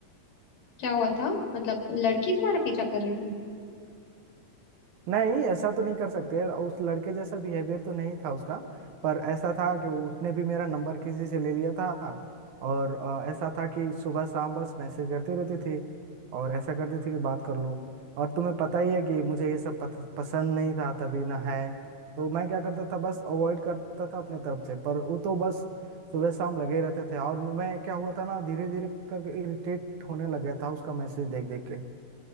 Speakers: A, on the left; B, on the right.
A: क्या हुआ था मतलब लड़की तुम्हारा पीछा कर रही थी
B: नहीं ऐसा तो नहीं कर सकते और उस लड़के जैसा बिहेवियर तो नहीं था उसका पर ऐसा था कि उसने भी मेरा नंबर किसी से ले लिया था और अ, ऐसा था कि सुबह शाम बस मैसेज करती रहती थी और ऐसा करती थी कि बात कर लो और तुम्हें पता ही है कि मुझे ये सब पथ- पसंद नहीं था तभी ना है तो मैं क्या करता था बस अवॉइड करता था अपने तरफ से पर वो तो बस सुबह शाम लगे रहते थे और मैं क्या हुआ था ना धीरे धीरे करके इरिटेट होने लगा था उसका मैसेज देख देख के